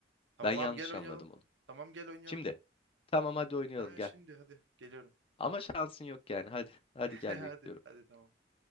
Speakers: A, on the right; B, on the left.
A: Tamam
B: Ben yanlış
A: abi gel oynayalım.
B: anladım onu.
A: Tamam gel oynayalım.
B: Şimdi tamam hadi oynayalım
A: Ha
B: gel.
A: şimdi hadi geliyorum.
B: Ama şansın yok yani hadi. Hadi
A: <laughs>
B: gel
A: Hadi
B: bekliyorum.
A: hadi tamam.